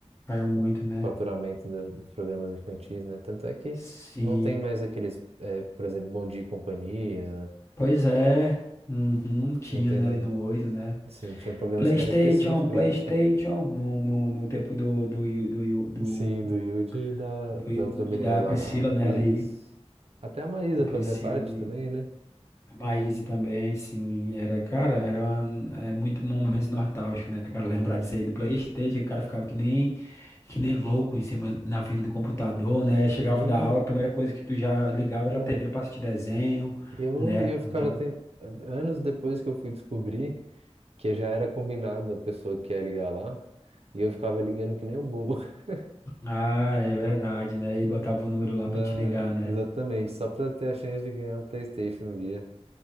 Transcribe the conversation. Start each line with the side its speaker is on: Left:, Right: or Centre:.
Left: caiu muito,
Right: o
Left: né?
Right: faturamento da- dos programas infantis, né? Tanto é que
Left: Sim.
Right: não tem mais aqueles, é, por exemplo, Bom Dia e Companhia,
Left: Pois é. Uhum, tinha,
Right: não tem
Left: né,
Right: mais
Left: ali no 8, né?
Right: Sim, tinha programas
Left: PlayStation,
Right: que eram específicos,
Left: PlayStation,
Right: né?
Left: no, no, no tempo do, do, do, do,
Right: Sim, do Yudi e da,
Left: do
Right: da
Left: Yud,
Right: outra menina
Left: da
Right: lá,
Left: Priscila, né,
Right: a Is.
Left: ali,
Right: Até a Maísa
Left: a Priscila
Right: fazia parte
Left: ali,
Right: também, né?
Left: a Maísa também, sim, era, cara, era uma- é muito momento nostálgico, né, cara, lembrar disso aí do PlayStation, que o cara ficava que nem, que nem louco em cima, na frente do computador, né, chegava
Right: Sim,
Left: da aula, a primeira coisa que tu já ligava
Right: pô.
Left: era a TV pra assistir desenho,
Right: E eu,
Left: né,
Right: e eu ficava
Left: então,
Right: ten... anos depois que eu fui descobrir que já era combinado a pessoa que ia ligar lá, e eu ficava ligando que nem um bobo. <laughs>
Left: ah, é verdade, né, ele botava o número lá
Right: Na...
Left: pra gente ligar, né,
Right: Exatamente, só pra ter a chance de ganhar um PlayStation um dia.